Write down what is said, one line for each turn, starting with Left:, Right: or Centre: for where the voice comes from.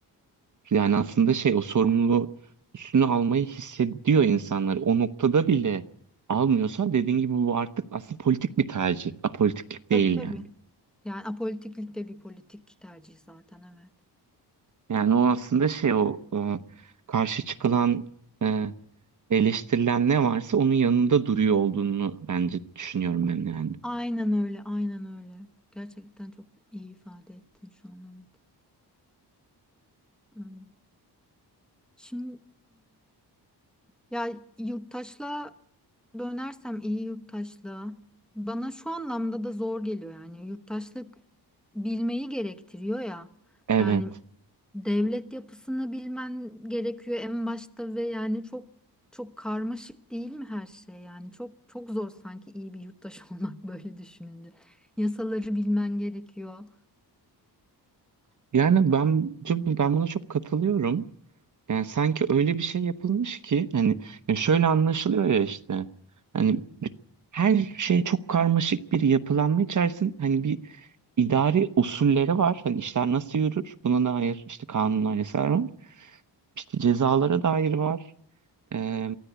Right: Yani aslında
Centre: Hı.
Right: şey o sorumluluğu üstüne almayı hissediyor insanlar. O noktada bile almıyorsa dediğin gibi bu artık aslında politik bir tercih. Apolitiklik
Centre: Tabii
Right: değil
Centre: tabii.
Right: yani.
Centre: Yani apolitiklik de bir politik tercih zaten evet.
Right: Yani o aslında şey o e, karşı çıkılan e, eleştirilen ne varsa onun yanında duruyor olduğunu bence düşünüyorum ben yani.
Centre: Aynen öyle, aynen öyle. Gerçekten çok iyi ifade ettin şu an evet. Öyle. Şimdi Ya yurttaşla dönersem iyi yurttaşlığa bana şu anlamda da zor geliyor yani yurttaşlık bilmeyi gerektiriyor ya.
Right: Evet.
Centre: Yani devlet yapısını bilmen gerekiyor en başta ve yani çok çok karmaşık değil mi her şey yani çok çok zor sanki iyi bir yurttaş <laughs> olmak böyle düşününce. Yasaları bilmen gerekiyor.
Right: Yani bence bu- ben buna çok katılıyorum. Yani sanki öyle bir şey yapılmış ki hani ya şöyle anlaşılıyor ya işte hani her şey çok karmaşık bir yapılanma içerisinde hani bir idari usulleri var. Hani işler nasıl yürür? Buna dair işte kanunlar, yasalar var. İşte cezalara dair var. Ee,